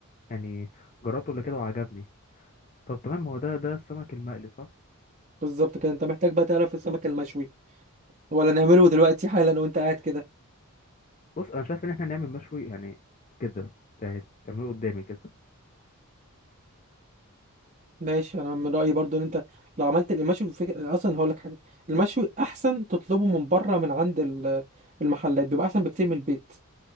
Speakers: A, on the left; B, on the right.
A: يعني جربته قبل كده وعجبني طب تمام هو ده ده السمك المقلي صح
B: بالظبط كده انت محتاج بقى تعرف السمك المشوي ولا نعمله دلوقتي حالا وانت قاعد كده
A: بص انا شايف ان احنا نعمل مشوي يعني كده يعني تعمله قدامي كده
B: ماشي انا من رايي برضو ان انت لو عملت المشوي فكرة اصلا هقول لك حاجه المشوي احسن تطلبه من بره من عند ال- المحلات بيبقى احسن بكتير من البيت